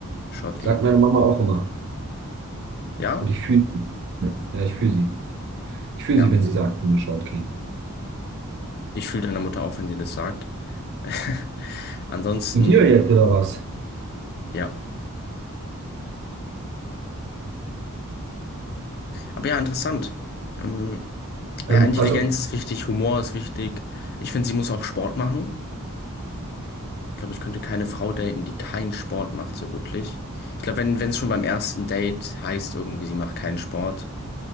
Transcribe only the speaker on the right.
Sagt meine Mama auch immer.
Und ich fühle sie. Ja, ich fühle sie. Ich fühle
sie, wenn sie sagt, ich bin ein Short King.
Zu dir jetzt oder was?
Ähm,
also,